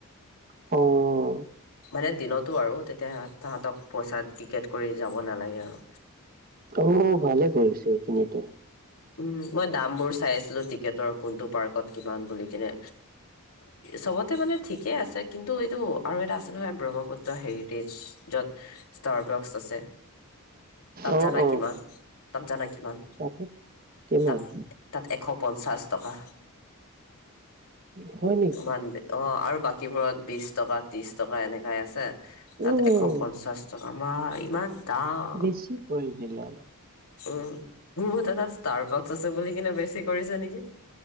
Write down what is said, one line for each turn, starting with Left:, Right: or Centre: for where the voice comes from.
Right: অ',
Left: মানে দিনতো আৰু তেতিয়া তাহতক পইচা টিকেট কৰি যাব নালাগে আৰু
Right: উ ভালে কৰিছে এইখিনিতো।
Left: উম মই দামবোৰ চাই আছিলো টিকেটৰ কোনটো পাৰ্কত কিমান বুলি কিনে চবতে মানে ঠিকেই আছে কিন্তু এইটো আৰু এটা আছে নহয় ব্ৰহ্মপুত্ৰ হেৰিটেজ যত ষ্টাৰ বক্স আছে তাত
Right: অ',
Left: জানা
Right: অ'।
Left: কিমান - তাত জানা কিমান?
Right: পাছত কিমান
Left: তাত- তাত এশ পঞ্চাশ টকা।
Right: হয় নেকি
Left: ইমান অ' আৰু বাকীবোৰত বিশ টকা ত্ৰিশ টকা এনেকাই আছে। তাত
Right: উম
Left: এশ পঞ্চাশ টকা ম ইমান। দাম
Right: বেছি কৰিৈছিলিলান <inaudible>
Left: উম মোৰ মতে তাত ষ্টাৰ বক্স আছে বুলি কিনে বেছি কৰিছে নেকি।